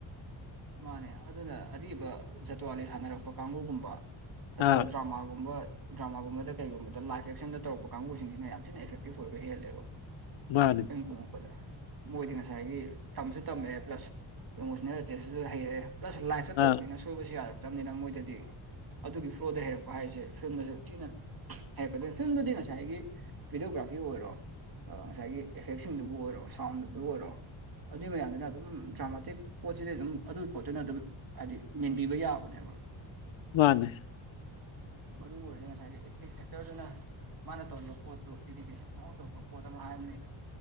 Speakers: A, on the right (about 45°); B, on the left (about 65°).
A: ꯃꯥꯅꯦ ꯑꯗꯨꯅ ꯑ꯭ꯔꯤꯕ ꯖꯥꯇ꯭ꯋꯥꯂꯤ ꯁꯥꯟꯅꯔꯛꯄ ꯀꯥꯡꯕꯨꯒꯨꯝꯕ ꯑꯗꯨꯒ
B: ꯑꯥ
A: ꯗ꯭ꯔꯃꯥꯒꯨꯝꯕ ꯗ꯭ꯔꯃꯥꯒꯨꯝꯕꯗ ꯀꯩꯒꯨꯝꯕꯗ ꯂꯥꯢꯐ ꯑꯦꯛꯁꯟꯗ ꯇꯧꯔꯛꯄ ꯀꯥꯡꯕꯨꯁꯤꯡꯁꯤꯅ ꯌꯥꯝ ꯊꯤꯅ ꯑꯦꯐꯦꯛꯇꯤꯚ ꯑꯣꯏꯕ ꯍꯦꯜꯂꯦꯕ
B: ꯃꯥꯅꯦ
A: <unintelligible> ꯃꯣꯏꯗꯤ ꯉꯁꯥꯏꯒꯤ ꯇꯝꯁꯨ ꯇꯝꯃꯛꯑꯦ ꯄ꯭ꯂꯁ ꯏꯃꯣꯁꯅꯦꯜ <inaudible> ꯍꯩꯔꯦ ꯄ꯭ꯂꯁ ꯂꯥꯏꯐꯇ
B: ꯑꯥ
A: ꯇꯧꯔꯛꯄꯅꯤꯅ ꯁꯣꯏꯕꯁꯨ ꯌꯥꯔꯛꯇꯕꯅꯤꯅ ꯃꯣꯏꯗꯗꯤ ꯑꯗꯨꯒꯤ ꯐ꯭ꯂꯣꯗ ꯍꯩꯔꯛꯄ ꯍꯥꯏꯁꯦ ꯐꯤꯂꯝꯗꯁꯨ ꯊꯤꯅ ꯍꯩꯔꯛꯀꯗꯣꯏ ꯐꯤꯂꯝꯗꯗꯤ ꯉꯁꯥꯏꯒꯤ ꯚꯤꯗꯤꯑꯣꯒ꯭ꯔꯥꯐꯤ ꯑꯣꯏꯔꯣ ꯑꯥ ꯉꯁꯥꯏꯒꯤ ꯑꯦꯐꯦꯛꯁꯤꯡꯗꯨꯕꯨ ꯑꯣꯏꯔꯣ ꯁꯥꯎꯟꯗꯨꯕꯨ ꯑꯣꯏꯔꯣ ꯑꯗꯨꯏ ꯃꯌꯥꯝꯗꯨꯅ ꯑꯗꯨꯝ ꯗ꯭ꯔꯃꯥꯇꯤꯛ ꯁꯤꯗꯤ ꯑꯗꯨꯝ ꯑꯗꯨꯒꯤ ꯄꯣꯠꯇꯨꯅ ꯑꯗꯨꯝ ꯍꯥꯏꯗꯤ ꯃꯦꯟꯕꯤꯕ ꯌꯥꯕꯅꯦꯕ
B: ꯃꯥꯅꯦ
A: ꯃꯔꯨ ꯑꯣꯏꯔꯦ ꯉꯁꯥꯏꯒꯤ ꯑꯦꯛꯇꯤꯡ ꯑꯦꯛꯇꯔꯗꯨꯅ ꯃꯥꯅ ꯇꯧꯔꯤꯕ ꯄꯣꯠꯇꯨ ꯏꯔꯤꯒꯦꯁꯟ ꯌꯥꯎꯗꯕ ꯄꯣꯠ ꯑꯃ ꯍꯥꯏꯕ ꯑꯃ ꯂꯩꯗ